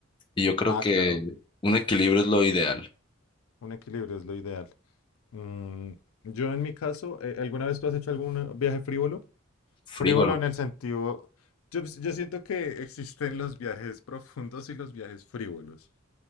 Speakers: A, on the left; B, on the left.
A: Y yo creo
B: Ah,
A: que
B: claro,
A: un equilibrio es lo ideal.
B: un equilibrio es lo ideal. Mm, yo en mi caso, eh, ¿alguna vez tú has hecho algún viaje frívolo? Frívolo
A: Frígolo,
B: en el sentido, yo, yo siento que existen los viajes profundos y los viajes frívolos.